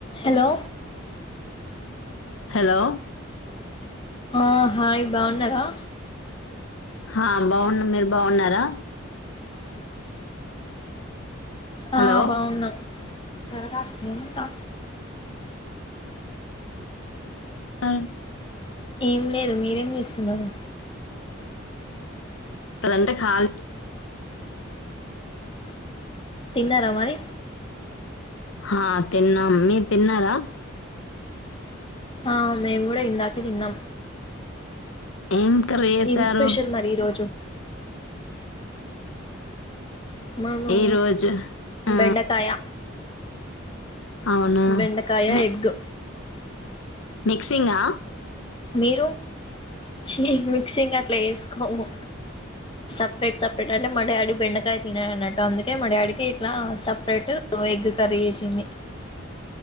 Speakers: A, on the left (about 25°); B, on the left (about 75°).
A: హలో
B: హలో
A: ఆ హాయ్ బాగున్నారా?
B: హా బాగున్నా. మీరు బాగున్నారా?
A: అసలు వద్దు
B: హలో
A: ఆ బాగున్నాము. త్వరగా స్నేహితా
B: అ
A: ఏం లేదు. మీరేం చేస్తున్నారు?
B: అదంటే ఖాళీ
A: తిన్నారా మరి?
B: హా తిన్నాం. మీరు తిన్నారా?
A: ఆ మేము కూడా ఇందాకే తిన్నాం.
B: ఏం కర్రీ
A: ఏం
B: చేసారు.
A: స్పెషల్ మరి ఈ రోజు. మనం
B: ఈ రోజు ఆ
A: బెండకాయ
B: అవునా
A: బెండకాయ
B: మి
A: కర్రీ ఎగ్
B: మిక్సింగా
A: మీరు? ఛీ మిక్సింగ్ అట్లా చేసుకోము సపరేట్ సపరేట్ అంటే మాడాడీ కి బెండకాయ తినడు అన్నట్టు అందుకే మాడాడికి ఇట్లా సపరేట్ ఓ ఎగ్ కర్రీ చేేసింది.